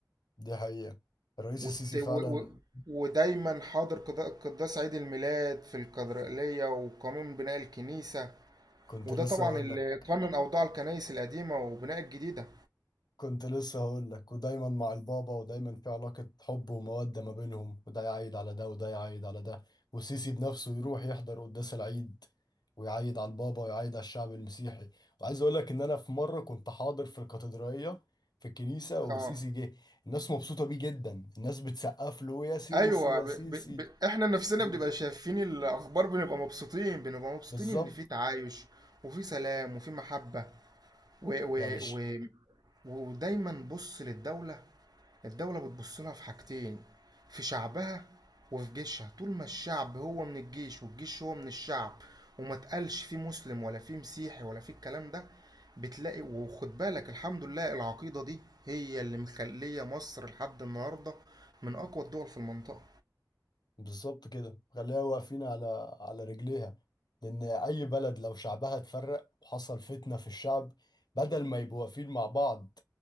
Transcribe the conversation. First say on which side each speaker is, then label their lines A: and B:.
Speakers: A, on the left; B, on the right.
A: دي حقيقه الرئيس
B: وت...
A: السيسي
B: و...
A: فعلا
B: و... ودايما حاضر قضاء- قداس عيد الميلاد في الكاتدرائية وقانون بناء الكنيسة
A: كنت
B: وده
A: لسه
B: طبعا
A: اقول
B: اللي
A: لك
B: قانون أوضاع الكنائس القديمة وبناء الجديدة
A: كنت لسه هقول لك ودايما مع البابا ودايما في علاقة حب ومودة ما بينهم وده يعيد على ده وده يعيد على ده وسيسي بنفسه يروح يحضر قداس العيد ويعيد على البابا ويعيد على الشعب المسيحي وعايز اقول لك ان انا في مرة كنت حاضر في الكاتدرائية في الكنيسة وسيسي
B: اه
A: جه الناس مبسوطة بيه جدا الناس بتسقف له يا سيسي
B: ايوه
A: يا
B: ب...
A: سيسي
B: ب... ب... احنا نفسنا
A: م-
B: بنبقى شايفين الاخبار بنبقى مبسوطين بنبقى مبسوطين
A: بالظبط
B: ان في تعايش وفي سلام وفي محبة و و
A: يعني
B: و ودايما بص للدولة الدولة بتبص لها في حاجتين في شعبها وفي جيشها طول ما الشعب هو من الجيش والجيش هو من الشعب وما تقالش فيه مسلم ولا فيه مسيحي ولا فيه الكلام ده بتلاقي وخد بالك الحمد لله العقيدة دي هي اللي مخلية مصر لحد النهاردة من أقوى الدول في المنطقة
A: بالظبط كده خليها واقفين على على رجليها لان اي بلد لو شعبها اتفرق وحصل فتنة في الشعب بدل ما يبقوا واقفين مع بعض